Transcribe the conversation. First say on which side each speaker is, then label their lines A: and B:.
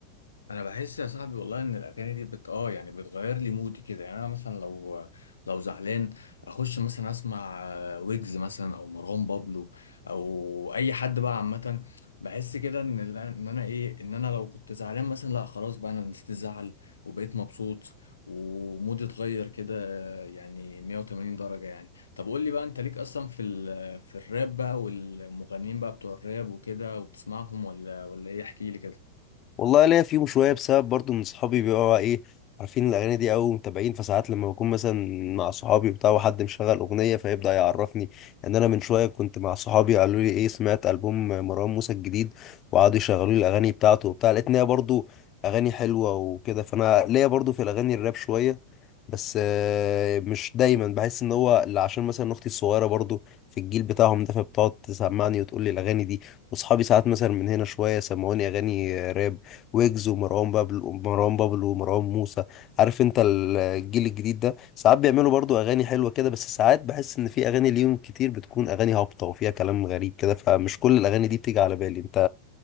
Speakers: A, on the left; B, on the left.
A: انا بحس يا صاحبي والله ان الاغاني دي بت اه يعني بتغير لي مودي كده يعني انا مثلا لو لو زعلان اخش مثلا اسمع آه، ويجز مثلا او مروان بابلو او اي حد بقى عامه بحس كده ان ال- ان انا ايه ان انا لو كنت زعلان مثلا لا خلاص بقى انا نسيت الزعل وبقيت مبسوط ومودي اتغير كده آه، يعني 180 درجه يعني طب قول لي بقى انت ليك اصلا في ال- في الراب بقى والمغنيين بقى بتوع الراب وكده وبتسمعهم ولا ولا ايه احكي لي كده
B: والله ليا فيهم شويه بسبب برضو ان صحابي بيبقوا ايه عارفين الاغاني دي او متابعين فساعات لما بكون مثلا مع صحابي بتاع وحد مشغل اغنيه فيبدا يعرفني ان انا من شويه كنت مع صحابي قالوا لي ايه سمعت البوم مروان موسى الجديد وقعدوا يشغلوا لي الاغاني بتاعته وبتاع لقيت ان هي برضو اغاني حلوه وكده فانا ليا برضو في الاغاني الراب شويه بس آه، مش دايما بحس ان هو اللي عشان مثلا اختي الصغيره برضو في الجيل بتاعهم ده فبتقعد تسمعني وتقول لي الاغاني دي واصحابي ساعات مثلا من هنا شويه سمعوني اغاني راب ويجز ومروان بابلو ومروان بابلو ومروان موسى عارف انت الجيل الجديد ده ساعات بيعملوا برضو اغاني حلوه كده بس ساعات بحس ان في اغاني ليهم كتير بتكون اغاني هابطه وفيها كلام غريب كده فمش كل الاغاني دي بتيجي على بالي انت